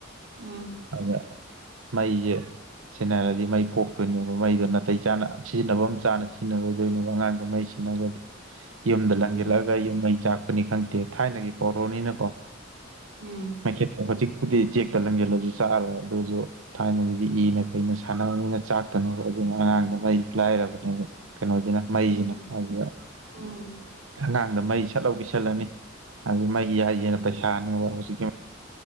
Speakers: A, on the right; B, on the right.
A: ꯎꯝ
B: ꯇꯕꯔ ꯃꯩꯖ‌ꯦ ꯁ‌ꯦꯟꯅꯔꯗꯤ ꯃꯩ ꯄꯣꯛꯇꯣꯏꯅꯦꯕ ꯃꯩꯗꯣ ꯅꯥꯇꯩ ꯆꯥꯅ ꯁꯤꯖꯤꯟꯅꯕ ꯑꯃ ꯆꯥꯅ ꯁꯤꯖꯤꯟꯅꯔꯣꯏꯗꯣꯏꯅꯦꯕ ꯑꯉꯥꯡꯗ‌ꯣ ꯃꯩꯁꯤ <unintelligible> ꯌꯨꯝꯗ
A: ꯎꯝ
B: ꯂꯪꯖꯤꯜꯂꯛꯒ ꯌꯨꯝ ꯃꯩ ꯆꯥꯛꯄꯅꯤ ꯈꯪꯗꯦ ꯊꯥꯏꯅꯒꯤ ꯄꯔꯣꯅꯤꯅꯀꯣ
A: ꯎꯝ
B: ꯃꯩꯈꯦꯠꯇ ꯍꯧꯖꯤꯛꯄꯨꯗꯤ ꯆꯦꯛꯇ ꯂꯪꯖꯦꯜꯂꯁꯨ ꯆꯥꯑꯔꯣꯏ ꯑꯗꯨꯁꯨ ꯊꯥꯏꯅꯒꯤꯗꯤ ꯏꯅ ꯀꯩꯅ ꯁꯥꯟꯅꯕꯅꯤꯅ ꯆꯥꯛꯇꯅꯕ ꯑꯗꯨꯅ ꯑꯉꯥꯡꯗꯣ ꯃꯩ ꯂꯥꯏꯔꯕꯅꯦꯕ ꯀꯩꯅꯣꯖꯤꯅ ꯃꯩꯖꯤꯅ
A: ꯎꯝ
B: ꯑꯗꯥ
A: ꯎꯝ
B: ꯑꯉꯥꯡꯗ ꯃꯩ ꯆꯠꯍꯧ ꯄꯤꯁꯜꯂꯅꯤ ꯑꯗꯨ ꯃꯩ ꯌꯥꯏꯁꯤꯅ ꯄꯩꯁꯥꯅꯦꯕ ꯍꯧꯖꯤꯛꯀꯤ